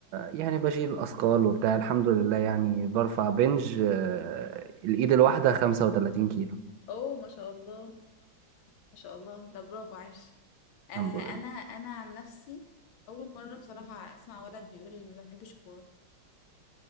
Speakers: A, on the right; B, on the left.
A: يعني بشيل اثقال وبتاع الحمد لله يعني برفع بنج آه، الايد الواحده 35 كيلو
B: اوه ما شاء الله ما شاء الله ده برافو عاش آه انا
A: الحمد لله
B: انا عن نفسي اول مره بصراحه اسمع ولد بيقول ما بحبش الكوره